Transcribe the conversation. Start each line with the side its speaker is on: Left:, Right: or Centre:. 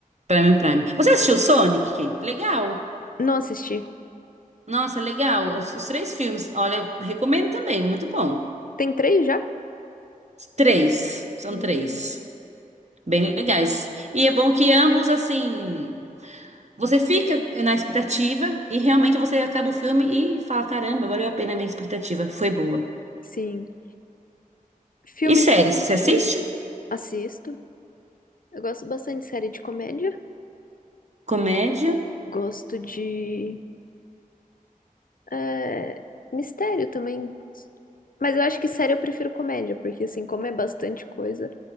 Right: Prime, Prime. Você assistiu Sonic? Legal.
Left: Não assisti.
Right: Nossa, legal. Os, os três filmes. Olha, recomendo também. Muito bom.
Left: Tem três já?
Right: Três. São
Left: Hum,
Right: três. Bem legais. E é bom que ambos, assim. Você fica na expectativa e realmente você acaba o filme e fala: caramba, valeu a pena a minha expectativa, foi boa.
Left: sim. Filme
Right: E séries,
Left: nesse
Right: você
Left: estilo.
Right: assiste?
Left: Assisto. Eu gosto bastante de série de comédia.
Right: Comédia?
Left: Gosto de é, mistério também. Mas eu acho que série eu prefiro comédia, porque assim, como é bastante coisa,